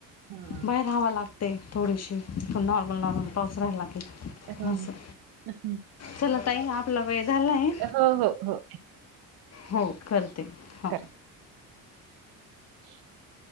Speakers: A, on the right (about 80°); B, on the left (about 45°).
A: हां.
B: बाहेर हवं लाग ते थोडीशी नॉर्मल नॉर्मल पाऊस राहायला की.
A: हो
B: असं
A: ना. हम्म.
B: चला ताई आपला वेळ झालाय.
A: हो हो हो.
B: हो करते.
A: बाय.
B: हो
A: <inaudible>